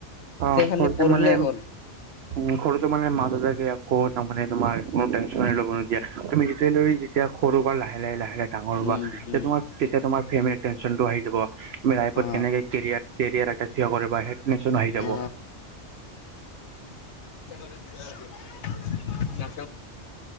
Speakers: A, on the right (about 65°); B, on the left (about 70°).
A: অ'
B: খালি
A: সৰুতে
B: পঢ়িলেই
A: মানে
B: হ'ল
A: উম সৰুতে মানে মা দেউতাই। আকৌ তাৰমানে তোমাৰ কোনো তেনচন হৈ যাব নিদিয়া। তুমি যেতিয়া লৈ যেতিয়া সৰু পৰা লাহে লাহে লাহে লাহে। ডাঙৰ হব।
B: উম উম
A: তোমাৰ তেতিয়া তোমাৰ ফেম এক্স টেনচনটো আহি যাব। তুমি লাইফত
B: অ
A: কেনেকে কেৰিয়াত। কেৰিয়াৰ এটা থিয় কৰিব আহে হেডমিচন আহি যাব।
B: অ <unintelligible> হয়